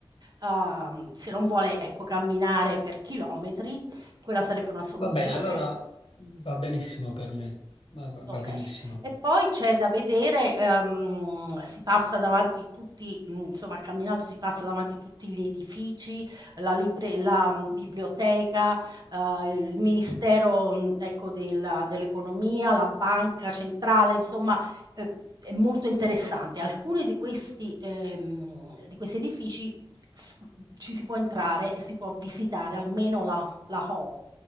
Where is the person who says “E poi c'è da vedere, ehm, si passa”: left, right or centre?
Right